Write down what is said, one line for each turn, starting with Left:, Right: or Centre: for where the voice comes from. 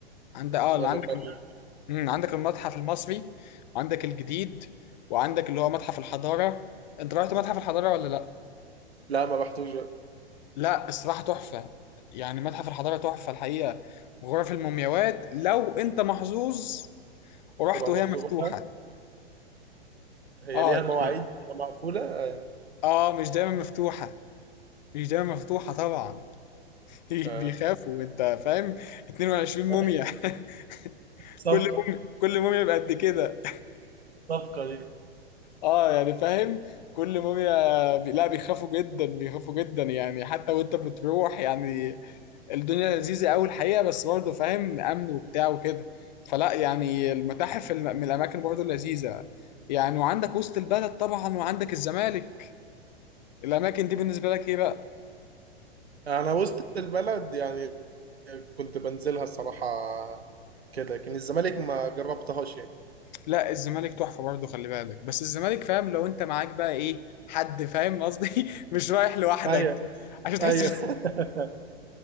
Left: عند- اه
Right: ولا
Left: اللي عندك
Right: مش عارف إيه.
Left: مم، عندك المتحف المصري وعندك الجديد وعندك اللي هو متحف الحضارة انت رحت متحف الحضارة ولا لا
Right: لا ما رحتوش
Left: لا الصراحة تحفة يعني متحف الحضارة تحفة الحقيقة غرف المومياوات لو انت محظوظ ورحت
Right: تبقى
Left: وهي
Right: مفتوحة
Left: مفتوحة
Right: هي
Left: اه
Right: ليها مواعيد
Left: يعني
Right: تبقى مقفولة آه،
Left: اه مش دايما مفتوحة مش دايما مفتوحة طبعا <laughs> بيخافوا
Right: آه.
Left: انت فاهم 22
Right: <laughs>
Left: موميا <laughs>
Right: صفقة
Left: كل موميا كل موميا بقد كده
Right: صفقة دي
Left: اه يعني فاهم كل موميا بي... لا بيخافوا جدا بيخافوا جدا يعني حتى وانت بتروح يعني الدنيا لذيذة قوي الحقيقة بس برضه فاهم امن وبتاع وكده فلا يعني المتاحف الم... من الاماكن برضه لذيذة يعني وعندك وسط البلد طبعا وعندك الزمالك الاماكن دي بالنسبة لك ايه بقى
Right: أنا وسط البلد يعني كنت بنزلها الصراحة كده لكن الزمالك ما جربتهاش يعني
Left: لا الزمالك تحفة برضه خلي بالك بس الزمالك فاهم لو انت معاك بقى ايه حد فاهم قصدي <laughs> مش رايح لوحدك
Right: ايوه
Left: عشان تحسش
Right: ايوه <laughs>
Left: <laughs>